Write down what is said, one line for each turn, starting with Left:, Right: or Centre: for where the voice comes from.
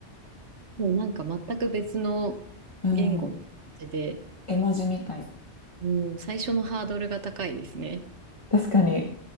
Right: もうなんか全く別の
Left: うん。
Right: 言語で、
Left: 絵文字みたい。
Right: うん、最初のハードルが高いですね。
Left: 確かに、